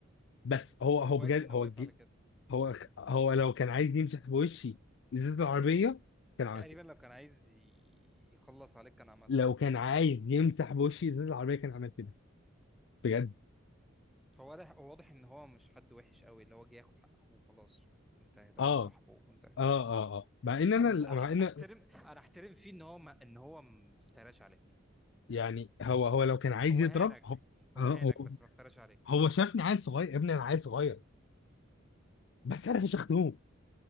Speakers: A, on the left; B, in the centre.
A: بس
B: <laughs>
A: هو
B: طب
A: هو
B: كويس
A: بجد
B: ان
A: هو
B: هو وقف
A: جه
B: على كده
A: هو هو لو كان عايز يمسح بوشي ازازه العربيه كان عمل
B: تقريبا
A: كده
B: لو كان عايز ي- يخلص عليك كان عملها
A: لو كان عايز يمسح بوشي ازازه العربيه كان عمل كده بجد
B: هو واضح هو واضح ان هو مش حد وحش قوي اللي هو جه ياخد حق اخوه خلاص وانتهت
A: اه
B: او صاحبه
A: اه
B: وانتهت
A: اه اه مع ان انا
B: انا ص- أحت-
A: مع ان
B: احترم انا احترم فيه ان هو ما ان هو ما افتراش عليك
A: يعني هو هو لو كان عايز
B: هو
A: يضرب
B: هانك
A: هو اه
B: هو هانك
A: هو
B: بس ما افتراش عليك
A: هو شافني عيل صغير يا ابني انا عيل صغير بس انا فشختهم